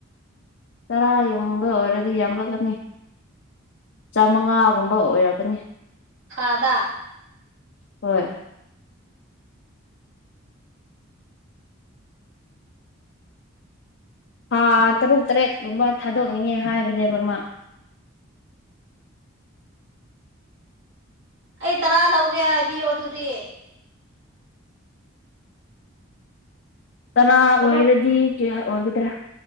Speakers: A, on the left; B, on the right.
A: ꯇꯔꯥ ꯌꯨꯝꯕ ꯑꯣꯏꯔꯗꯤ ꯌꯥꯝꯂꯛꯀꯅꯤ ꯆꯥꯃꯉꯥꯒꯨꯝꯕ ꯑꯣꯏꯔꯛꯀꯅꯤ
B: ꯊꯥꯗ
A: ꯍꯣꯏ ꯍꯥ ꯇꯔꯨꯛ ꯇꯔꯦꯠꯒꯨꯝꯕ ꯊꯥꯗꯣꯛꯅꯤꯡꯉꯦ ꯍꯥꯏꯕꯅꯦꯕ ꯃꯥ
B: ꯑꯩ ꯇꯔꯥ ꯂꯧꯒꯦ ꯍꯥꯏꯕꯤꯌꯣ ꯑꯗꯨꯗꯤ
A: ꯇꯔꯥ ꯑꯣꯏꯔꯗꯤ
B: ꯇꯔꯨꯛ
A: ꯀꯌꯥ ꯑꯣꯏꯒꯗ꯭ꯔꯥ